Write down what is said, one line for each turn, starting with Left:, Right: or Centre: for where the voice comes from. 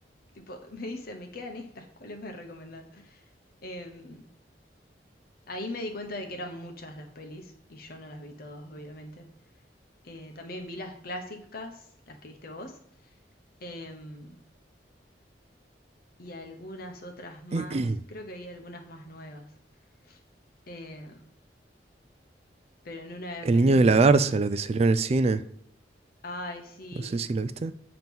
Left: Tipo, <laughs> me dice, me quedan estas, ¿cuáles me recomendás? Em, ahí me di cuenta de que eran muchas las pelis y yo no las vi todas, obviamente. Eh, también vi las clásicas, las que viste vos, em, y algunas otras más.
Right: <clears throat>
Left: Creo que vi algunas más nuevas. Eh, pero en una,
Right: El
Left: en
Right: niño
Left: un
Right: de
Left: momento,
Right: la garza, la que salió en el cine,
Left: ay, sí,
Right: no sé si la viste.